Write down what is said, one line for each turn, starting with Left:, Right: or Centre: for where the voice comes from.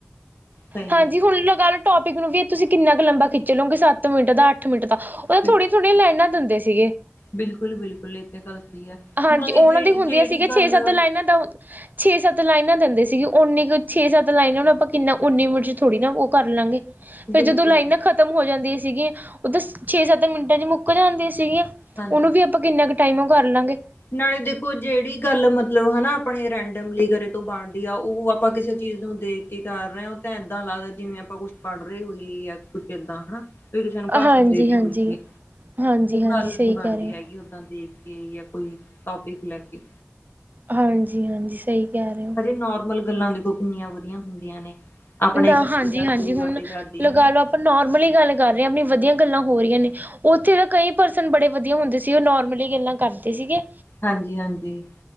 Left: ਸਹੀ
Right: ਹਾਂਜੀ
Left: ਹੈ
Right: ਹੁਣ ਲੱਗਾ ਲਓ ਟੋਪਿਕ ਨੂੰ ਵੀ ਇਹ ਤੁਸੀਂ ਕਿੰਨਾ ਕੁ ਲੰਬਾ ਖਿੱਚ ਲਓਗੇ ਸੱਤ ਮਿੰਟ ਦਾ ਅੱਠ ਮਿੰਟ ਦਾ। ਉਹਦਾ
Left: ਬਿਲ
Right: ਥੋੜੀਆਂ ਥੋੜੀਆਂ ਲਾਈਨਾਂ ਦਿੰਦੇ ਸੀਗੇ।
Left: ਬਿਲਕੁਲ- ਬਿਲਕੁਲ ਇੱਥੇ ਗਲਤੀ ਹੈ।
Right: ਹਾਂਜੀ,
Left: ਨਾਲੇ
Right: ਉਹਨਾਂ
Left: ਜਿਹੜੀ
Right: ਦੀ ਹੁੰਦੀਆਂ
Left: ਜਿਹੜੀ
Right: ਸੀਗੀਆ
Left: ਗੱਲ
Right: ਛੇ ਸੱਤ ਲਾਈਨਾਂ ਦਾ ਛੇ ਸੱਤ ਲਾਈਨਾਂ ਦਿੰਦੇ ਸੀਗੇ ਉਨੀ ਕੁ ਛੇ ਸੱਤ ਲਾਈਨਾਂ ਆਪਾਂ ਕਿੰਨਾ ਉੱਨੀ ਮਿੰਟ 'ਚ ਥੋੜ੍ਹੀ ਨਾ ਉਹ ਕਰ ਲਾਂਗੇ। ਫੇਰ
Left: ਬਿਲਕੁਲ
Right: ਜਦੋਂ ਲਾਈਨਾਂ ਖ਼ਤਮ ਹੋ ਜਾਂਦੀਆਂ ਸੀਗੀਆਂ, ਉਹ ਤਾਂ ਛੇ- ਸੱਤ ਮਿੰਟਾਂ 'ਚ ਮੁੱਕ ਜਾਂਦੀਆਂ ਸੀਗੀਆਂ।
Left: ਹਾਂਜੀ
Right: ਉਹਨੂੰ ਵੀ ਆਪਾਂ ਕਿੰਨਾ ਕੁ ਟਾਈਮ ਕਰ ਲਾਂਗੇ।
Left: ਨਾਲੇ ਦੇਖੋ ਜਿਹੜੀ ਗੱਲ ਮਤਲਬ ਹਨਾ ਆਪਣੇ ਰੈਂਡਮਲੀ ਘਰੇ ਤੋਂ ਬਣਦੀ ਆ। ਉਹ ਆਪਾਂ ਕਿਸੇ ਚੀਜ਼ ਨੂੰ ਦੇਖ ਕੀ ਕਰ ਰਹੇ, ਉਹ ਤਾਂ ਏਦਾਂ ਲੱਗਦਾ ਜਿਵੇਂ ਆਪਾਂ ਕੁੱਛ ਪੜ੍ਹ ਰਹੇ ਹੋਈਏ। ਜਾਂ ਕੁੱਛ ਕਿੱਦਾਂ ਹਨਾ ਵੀ ਕਿਸੇ ਨੂੰ ਭਾਸ਼ਣ
Right: ਹਾਂਜੀ-ਹਾਂਜੀ।
Left: ਦੇ ਰਹੇ ਹੋਗੀ,
Right: ਹਾਂਜੀ-ਹਾਂਜੀ
Left: ਗੱਲ
Right: ਸਹੀ
Left: ਨਹੀਂ ਬਣਦੀ
Right: ਕਹਿ ਰਹੇ
Left: ਹੈਗੀ। ਓਦਾਂ ਦੀ। ਜੇ ਜਾਂ ਕੋਈ ਟੋਪਿਕ ਲੈ ਕੇ।
Right: ਹਾਂਜੀ-ਹਾਂਜੀ, ਸਹੀ ਕਹਿ ਰਹੇ ਹੋ।
Left: ਹਜੇ ਨੋਰਮਲ ਗੱਲਾਂ ਦੇਖੋ ਕਿੰਨੀਆਂ ਵਧੀਆ ਹੁੰਦੀਆਂ ਨੇ। ਆਪਣੇ
Right: ਨਾ,
Left: ਘਰ
Right: ਹਾਂਜੀ-ਹਾਂਜੀ
Left: ਦੀ ਦੱਸਦੀ ਤੁਹਾਡੇ
Right: ਹੁਣ
Left: ਘਰ ਦੀ
Right: ਲਗਾ
Left: ਹਨਾ
Right: ਲਓ ਆਪਾਂ ਨੋਰਮਲੀ ਗੱਲ ਕਰ ਰਹੇ ਹਾਂ। ਆਪਣੀ ਵਧੀਆ ਗੱਲਾਂ ਹੋ ਰਹੀਆਂ ਨੇ। ਉੱਥੇ ਤਾਂ ਕਈ ਪਰਸਨ ਬੜੇ ਵਧੀਆ ਹੁੰਦੇ ਸੀ। ਉਹ ਨੋਰਮਲੀ ਗੱਲਾਂ ਕਰਦੇ ਸੀਗੇ।
Left: ਹਾਂਜੀ-ਹਾਂਜੀ।